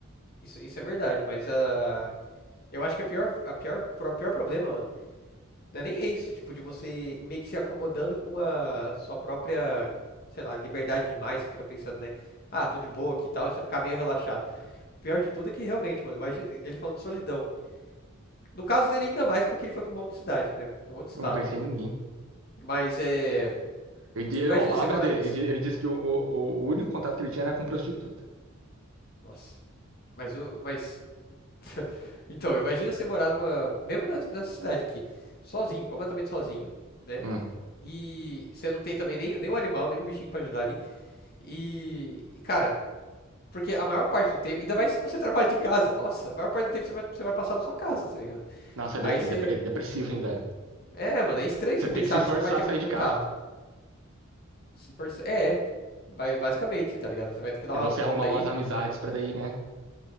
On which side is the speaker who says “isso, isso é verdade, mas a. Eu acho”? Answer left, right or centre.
Left